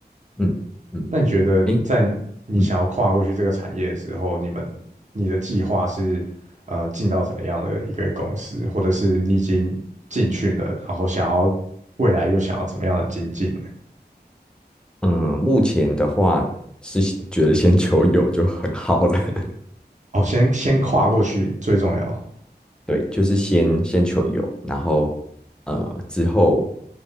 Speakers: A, in the centre; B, on the right.
A: 嗯嗯，
B: 那你觉得在你想要跨过去这个产业的时候，
A: 诶，嗯
B: 你们你的计划是呃进到怎么样的一个公司，或者是你已经进去了，然后想要未来又想要怎么样的精进呢
A: 嗯，目前的话是觉得先求有就很好了，<laughs>
B: 哦，先先跨过去最重要。
A: 对，就是先先求有，然后呃之后